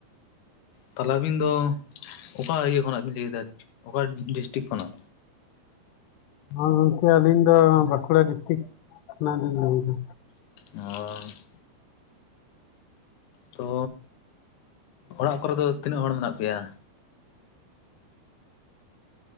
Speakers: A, on the left; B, on the left.
A: ᱛᱟᱦᱚᱞᱮ ᱟᱹᱵᱤᱱ ᱫᱚ ᱚᱠᱟ ᱤᱭᱟᱹ ᱠᱷᱚᱱᱟᱜ ᱵᱤᱱ ᱞᱟᱹᱭ ᱮᱫᱟ ᱚᱠᱟ ᱰᱤᱥᱴᱤᱠ ᱠᱷᱚᱱᱟᱜ
B: ᱦᱚᱸ ᱜᱚᱝᱠᱮ ᱟᱹᱞᱤᱧ ᱫᱚ ᱵᱟᱹᱠᱩᱲᱟ ᱰᱤᱥᱴᱤᱠ ᱠᱷᱚᱱᱟᱜ ᱞᱤᱧ ᱞᱟᱹᱭᱮᱫᱟ
A: ᱚ ᱛᱚ ᱚᱲᱟᱜ ᱠᱚᱨᱮ ᱫᱚ ᱛᱤᱱᱟᱹᱜ ᱦᱚᱲ ᱢᱮᱱᱟᱜ ᱯᱮᱭᱟ